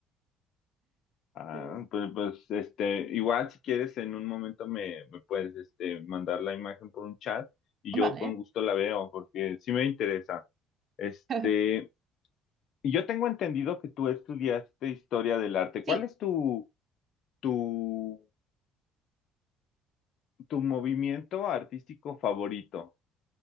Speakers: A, on the left; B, on the right.
A: Ah,
B: <laughs>
A: pues, pues, este, igual si quieres en un momento me, me puedes, este, mandar la imagen por un chat y
B: Vale.
A: yo con gusto la veo porque sí me interesa. Este,
B: <laughs>
A: y yo tengo entendido que tú estudiaste historia del arte.
B: Sí.
A: ¿Cuál es tu, tu, tu movimiento artístico favorito?